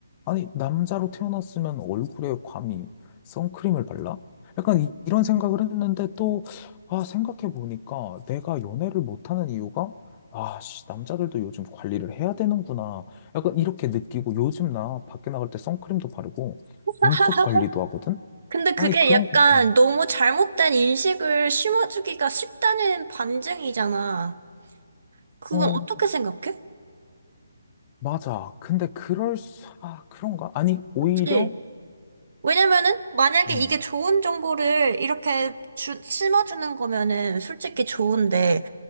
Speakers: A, on the left; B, on the right.
A: 아니, 남자로 태어났으면 얼굴에 감히 선크림을 발라? 약간 이- 이런 생각을 했는데 또, 아, 생각해보니까 내가 연애를 못하는 이유가, 아, 씨, 남자들도 요즘 관리를 해야 되는구나. 약간 이렇게 느끼고 요즘 나 밖에 나갈 때 선크림도 바르고
B: <laughs>
A: 눈썹 관리도 하거든?
B: 근데 그게
A: 아니, 그런
B: 약간
A: 거, 보면,
B: 너무 잘못된 인식을 심어주기가 쉽다는 반증이잖아. 그건
A: 어,
B: 어떻게 생각해?
A: 맞아. 근데 그럴 수, 아, 그런가? 아니, 오히려,
B: 그치? 왜냐면은 만약에
A: 음,
B: 이게 좋은 정보를 이렇게 주, 심어주는 거면은 솔직히 좋은데